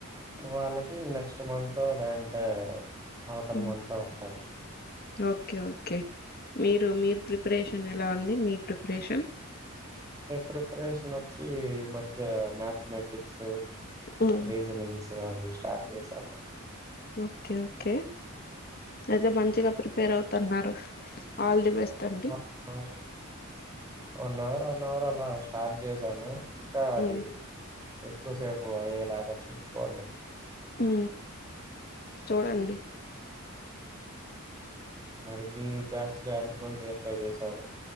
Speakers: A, on the right; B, on the left.
A: వాళ్ళకి నెక్స్ట్ మంత్ లేదంటే అవతల
B: హ్మ్
A: మంత్ ఉంటాయి
B: ఓకే ఓకే మీ మీరు ప్రిపరేషన్ ఎలా ఉంది మీ ప్రిపరేషన్
A: ప్రిపరేషన్ వచ్చి ఈ మధ్య మ్యాథమెటిక్స్
B: ఉమ్
A: రీజనింగ్స్ అవి స్టార్ట్ చేశాను
B: ఓకే ఓకే అయితే మంచిగా ప్రిపేర్ అవుతున్నారు ఆల్ ది బెస్ట్ అండి
A: ఆ వన్ అవర్ వన్ అవర్ అలా స్టార్ట్ చేసాను ఇంకా అది
B: ఉమ్
A: ఎక్కువసేపు అయ్యేలాగా చూసుకోవాలి.
B: ఊ చూడండి.
A: మరి మీ బ్యాచ్ లో ఎంతమంది అప్లై చేశారు.